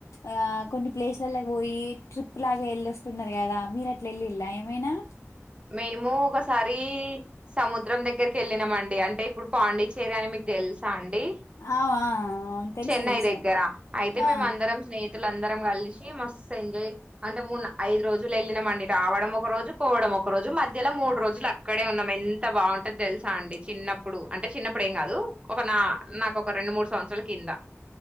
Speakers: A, on the left (about 75°); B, on the right (about 20°).
A: ఆ కొన్ని ప్లేస్ల్లకు పోయి ట్రిప్ లాగా వెళ్లి వస్తున్నారు కదా మీరు అట్లా వెళ్ళిల్ల ఏమైనా
B: మేము ఒకసారి సముద్రం దగ్గరికి వెళ్ళినామండి అంటే ఇప్పుడు పాండిచ్చేరి అని మీకు తెలుసా అండి డి
A: ఆ ఆ అవును తెలుసు
B: చెన్నై
A: తెలుసు
B: దగ్గర అయితే మేమ
A: ఆ
B: అందరం స్నేహి స్నేహితులం అందరం కలిసి మస్తు ఎంజాయ్ అంటే మూ ఐదు రోజులు వెళ్ళినామండి రావడం ఒక రోజు పోవడం ఒక రోజు మధ్యలో మూడు రోజులు అక్కడే ఉన్నాం ఎంత బాగుంటో తెలుసా అండి చిన్నప్పుడు అంటే చిన్నప్పుడు ఏం కాదు ఒక నా నాకు ఒక రెండు మూడు సంవత్సరాల కింద